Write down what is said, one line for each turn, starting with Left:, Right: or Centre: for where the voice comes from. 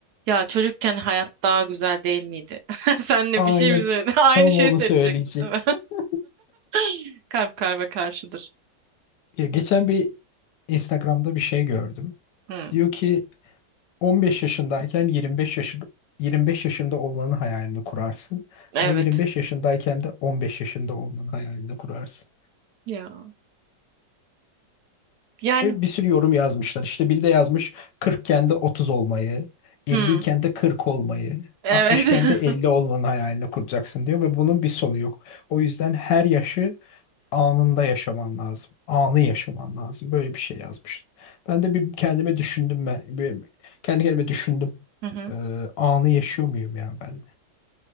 Right: Ya çocukken hayat daha güzel değil miydi? <laughs> Senle
Left: Aynen
Right: bir şey mi söyledin? <laughs> Aynı
Left: tam
Right: şeyi
Left: onu
Right: söyleyecektin
Left: söyleyecektim.
Right: değil mi?
Left: <laughs>
Right: <laughs> Kalp kalbe karşıdır.
Left: Ya geçen bir Instagram'da bir şey gördüm.
Right: Hı,
Left: Diyor ki 15 yaşındayken 25 yaşında 25 yaşında olmanın hayalini kurarsın.
Right: evet.
Left: Ama 25 yaşındayken de 15 yaşında olmanın hayalini kurarsın.
Right: Ya. Yani
Left: Ve bir sürü yorum yazmışlar. İşte biri de yazmış 40'ken de 30 olmayı, 50'yken
Right: hı,
Left: de 40 olmayı,
Right: evet.
Left: 60'ken de 50
Right: <laughs>
Left: olmanın hayalini kuracaksın diyor ve bunun bir sonu yok. O yüzden her yaşı anında yaşaman lazım. Anı yaşaman lazım. Böyle bir şey yazmış. Ben de bir kendime düşündüm ben. Bir, kendi kendime düşündüm.
Right: Hı hı.
Left: Ee, anı yaşıyor muyum ya ben?